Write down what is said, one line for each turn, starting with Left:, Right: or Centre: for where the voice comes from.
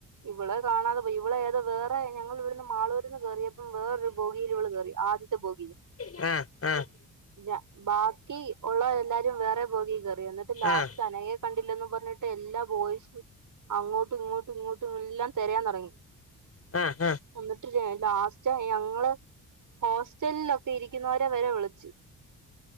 Right: ഇവളെ കാണാതെ പോയി ഇവളെ <unintelligible> വേറെ ഞങ്ങൾ ഇവിടുന്ന് മാളൂര്ന്ന് കേറിയപ്പം വേറൊരു ബോഗിയിലിവള് കേറി ആദ്യത്തെ ബോഗിയില്
Left: ആഹ് ആഹ്
Right: <unintelligible> ബാക്കി ഉള്ളത് എല്ലാരും വേറെ ബോഗി കേറി എന്നിട്ട് ലാസ്റ്റ്
Left: ആഹ്
Right: അനയെ കണ്ടില്ലെന്നും പറഞ്ഞിട്ട് എല്ലാ ബോയ്‌സും അങ്ങോട്ടും ഇങ്ങോട്ടും ഇങ്ങോ എല്ലാം തെരയാൻ തൊടങ്ങി
Left: ആഹ്
Right: എന്നിട്ട് ലാസ്റ്റ് ഞങ്ങള് ഹോസ്റ്റലിലൊക്കെ ഇരിക്കുന്നവരെ വരെ വിളിച്ച്